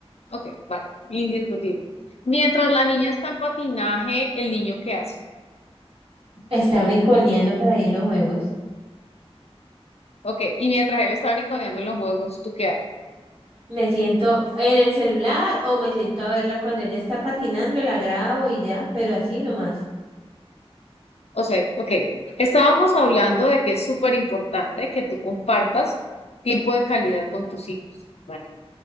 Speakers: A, on the left; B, on the right.
A: Ok, vale, indiscutible. Mientras la niña está en patinaje, el niño qué hace.
B: Está brinconeando por ahí en los juegos.
A: Ok, y mientras él está brinconeando en los juegos, ¿tú qué haces?
B: Me siento en el celular o me siento a verla cuando ella está patinando, la grabo y ya, pero así nomás.
A: O sea, ok, estábamos hablando de que es súper importante que tú compartas tiempo de calidad con tus hijos, ¿vale?